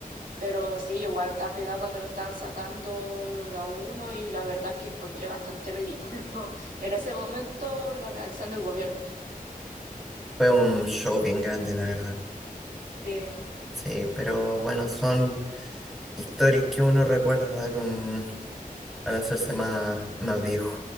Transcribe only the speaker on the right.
Pero sí, yo igual estaba pegada cuando lo estaban sacando de a uno y la verdad es que encontré bastante ridículo <laughs> en ese momento la reacción del gobierno.
Sí.